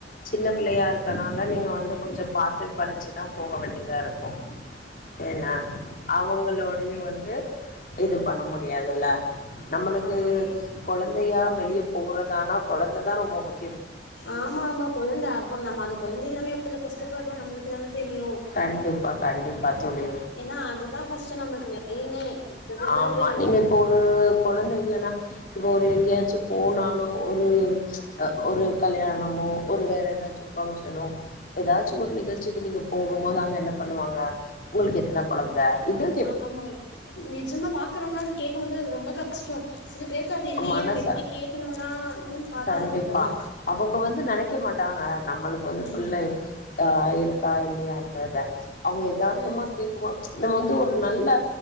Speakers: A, on the left; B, on the left.
A: சின்ன பிள்ளையா இருக்கனால நீங்க வந்து கொஞ்சோ பாத்து பறிச்சு தா போக வேண்டியதா இருக்கு என்ன அவங்களோ வெளிய வந்து இது பண்ண முடியாதுல்ல நம்மளுக்கு
B: ஆமா ஆமா
A: கொழந்தையா வெளிய போறதனா கொழந்த தா ரொம்ப முக்
B: ஆமா ஆமா கொழந்த அப்ப நம்ம அந்த கொழந்த இல்லாம எவ்ளோ கஷ்டப்பட்றோ நம்ளுக்கு தான தெரியு
A: கண்டிப்பா கண்டிப்பா தோழி
B: ஏனா அதுதா ஃபஸ்டு நம்ளுக்கு மெயினே மத்ததெல்லா
A: ஆமா
B: விடுங்க
A: நீங்க
B: வீட்
A: இப்போ உ கொழந்த இல்லனா இப்போ ஒரு எங்கயாச்சு போனாலோ ஒரு அ
B: ம்
A: ஒரு கல்யாணமோ ஒரு வேற ஏதாச்சு ஃபங்ஷனோ ஏதாச்சு ஒரு நிகழ்ச்சிக்கு நீங்க போகும் போது அங்க என்ன பண்ணுவாங்க உங்ளுக்கு எத்தன கொழந்த இதா
B: ஆமா நெஜமா பாக்குறவங்களா அது கேக்கும்போது அது ரொம்ப க கஷ்டோ சில பேருக்கு அது இல்லயே
A: மனசு
B: நம்ம எப்டி கேக்ணுலா இன்னு பாக்கமாட்றாங்க
A: கண்டிப்பா அவங்க வந்து நெனைக்க மாட்டாங்க நம்மளுக்கு வந்து புள்ள
B: ம்
A: ஆ இருக்கா இல்லையான்றத அவங்க எதார்த்தமா
B: ம்
A: கேக்கும்போ நம்ம வந்து ஒரு நல்ல